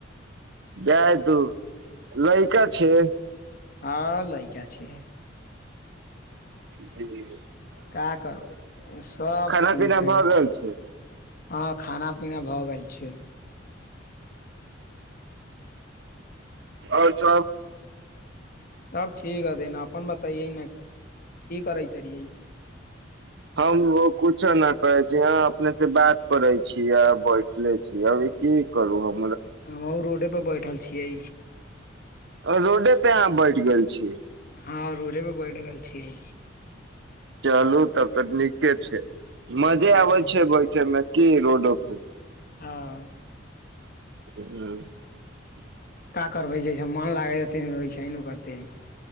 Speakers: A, on the right; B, on the left.
A: जा तू लहिक छै
B: हँ लैका छै
A: जी जी जी
B: क करबै सब
A: खाना
B: ठीक
A: पीना
B: है
A: भऽ
B: ह
A: गेल छै
B: खाना पीना भऽ गेल छ
A: आओर च
B: सब ठीक ह तना अपन बताइए न की करै त य
A: हम ओ कुछो नहि करै छी यह अपने से बात करै छीिय आ बैठले छीिय अभी की करू हम
B: हमहु रोडेपर बैठल छियै
A: रोडे पे अहाँ बैठ गेल छी
B: हँ रोडे परे बैठ गेल छीियै
A: चलू तब त नीके छै मजे
B: हाँ
A: आबै छै बैठे मे की रोडपर
B: हँ
A: ह
B: का करबै जैसे मन लागे हैसे करतै तीन